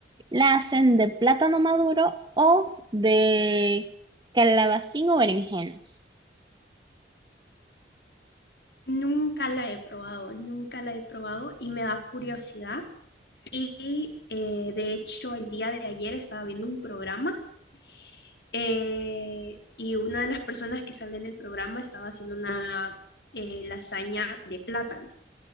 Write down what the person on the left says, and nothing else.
Nunca la he probado, nunca la he probado y me da curiosidad Y eh, de hecho, el día de ayer estaba viendo un programa eh, y una de las personas que sale en el programa estaba haciendo una eh, lasaña de plátano